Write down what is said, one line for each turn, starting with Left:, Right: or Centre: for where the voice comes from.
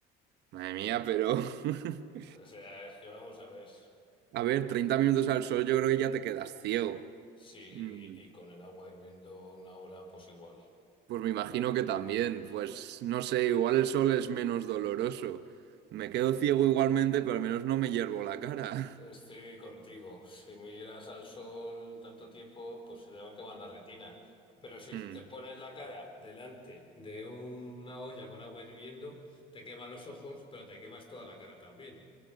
Right: madre mía, pero... <laughs>
Left: O sea, es que vamos a ver.
Right: A ver, 30 minutos al sol yo creo que ya te quedas ciego.
Left: Sí,
Right: Mm,
Left: y, y con el agua hirviendo una hora, pues igual.
Right: Pues me imagino que también, pues no sé, igual el sol es menos doloroso. Me quedo ciego igualmente, pero al menos no me hiervo la cara.
Left: Estoy
Right: <laughs>
Left: contigo. Si miras al sol tanto tiempo, pues se te va a quemar la retina. Pero si
Right: Mm,
Left: te pones la cara delante de una olla con agua hirviendo, te queman los ojos, pero te quemas toda la cara también.